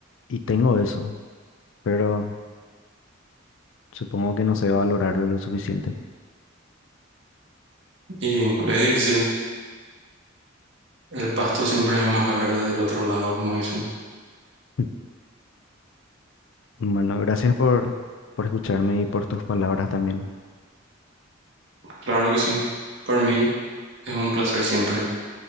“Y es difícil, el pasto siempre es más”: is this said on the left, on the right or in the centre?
Right